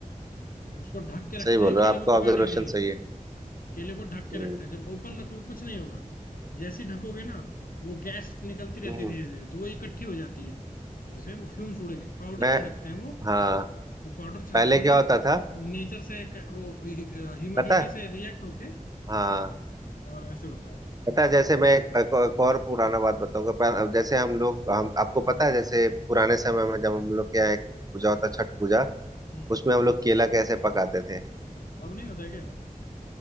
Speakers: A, on the left; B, on the right.
A: उसको ढक के रखते
B: सही बोल
A: हैं केले
B: रहे हो आपका
A: को पकाने
B: ऑब्जर्वेशन
A: के लिए
B: सही है
A: केले को ढक के
B: हम्म
A: रखते हैं जब ओपन रखोगे कुछ नहीं होगा जैसे ही ढकोगे ना वो गैस निकलती रहती
B: हम्म।
A: है धीरे धीरे तो वो इकट्ठी हो जाती है जैसे वो फ्यूम्स उड़ेंगे पाउडर
B: मैं
A: छिड़कते हैं वो
B: हाँ
A: वो पाउडर छिड़कते
B: पहले क्या
A: हैं
B: होता था
A: नेचर से एक वो ह्यूमिडिटी
B: पता है
A: से रिएक्ट होके
B: हाँ
A: और ऐसे होता है हम्म,
B: पता है जैसे मैं एक, एक, एक और पुराना बात बताऊंगा पह- जैसे हम लोग हम आपको पता है जैसे पुराने समय में जब हम लोग के यहाँ एक पूजा होता छठ पूजा
A: हम्म,
B: उसमें हम लोग केला कैसे पकाते थे
A: हम्म। अब नहीं होता है क्या